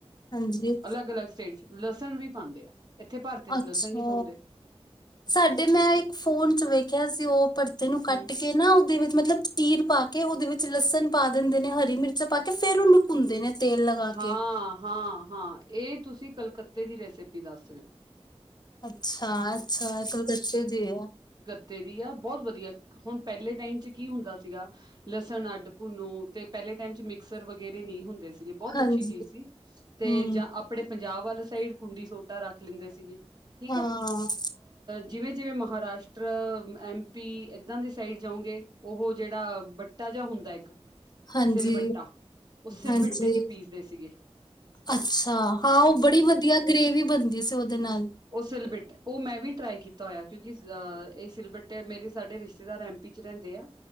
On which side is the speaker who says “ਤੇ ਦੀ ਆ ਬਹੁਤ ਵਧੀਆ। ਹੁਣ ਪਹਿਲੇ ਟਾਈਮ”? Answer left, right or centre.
Right